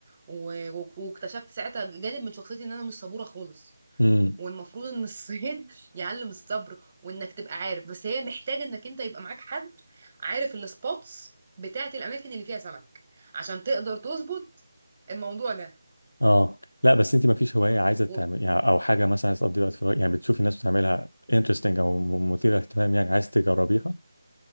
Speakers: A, on the right; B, on the left.
A: و- و- واكتشفت ساعتها جانب من شخصيتي ان انا مش صبوره خالص
B: امم
A: والمفروض ان الصيد <laughs> يعلم الصبر وانك تبقى عارف بس هي محتاجه انك انت يبقى معاك حد عارف السبوتس بتاعه الاماكن اللي فيها سمك عشان تقدر تظبط الموضوع ده
B: اه لا بس انت ما فيش هوايه عايزه تعمل
A: و...
B: يعني او حاجه مثلا عايزه تقضي وقت فراغ يعني بتشوفي الناس بتعملها انترستنج او م- مثيره اهتمام يعني عايز تجربيها